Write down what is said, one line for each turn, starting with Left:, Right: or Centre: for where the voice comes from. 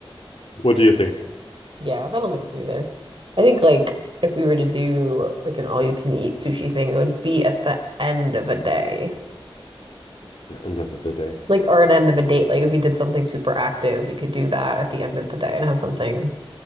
Left: do you think?
Right: Yeah, I don't think so either. I think like if we were to do like an all-you-can-eat sushi thing, it would be at the end of a day.
Left: At the end of the day.
Right: Like or an end of a date. Like if we did something super active, we could do that at the end of the day and have something.